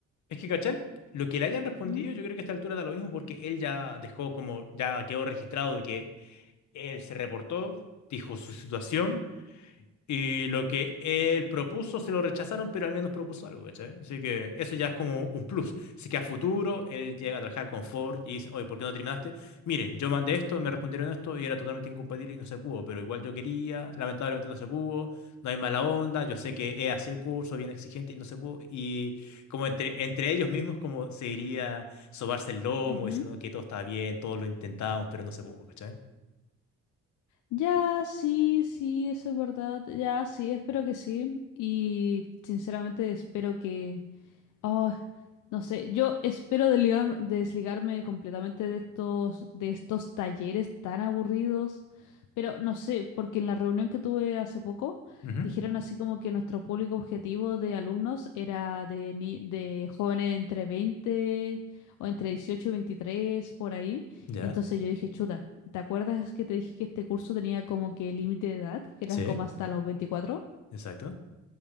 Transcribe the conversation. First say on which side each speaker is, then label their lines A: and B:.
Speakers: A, on the left; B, on the left.
A: Es que, ¿cachai? Lo que le hayan respondido,
B: ¿Mm?
A: yo creo que a esta altura da lo mismo porque él ya dejó como, ya quedó registrado de que Él se reportó, dijo su situación y lo que él propuso se lo rechazaron, pero al menos propuso algo, ¿cachai? Así que eso ya es como un plus. Así que a futuro él llega a trabajar con Ford y dice, oye, ¿por qué no terminaste? Miren, yo mandé esto, me respondieron esto y era totalmente incompatible y no se pudo, pero igual yo quería, lamentablemente no se pudo, no hay mala onda, yo sé que es así el curso, bien exigente y no se pudo. Y como entre, entre ellos mismos, como se diría sobarse el lomo,
B: Ujú.
A: diciendo que todo estaba bien, todo lo intentamos, pero no se pudo, ¿cachai?
B: Ya, sí, sí, eso es verdad, ya, sí, espero que sí. Y sinceramente espero que Oh, no sé, yo espero desligar- desligarme completamente de estos, de estos talleres tan aburridos, pero no sé, porque en la reunión que tuve hace poco
A: Ujú,
B: dijeron así como que nuestro público objetivo de alumnos era de, ni- de jóvenes entre 20 o entre 18 y 23, por ahí.
A: ¿Ya?
B: Entonces yo dije, chuta, ¿te acuerdas que te dije que este curso tenía como que límite de edad, que era
A: Sí,
B: como hasta los veinticuatro
A: exacto.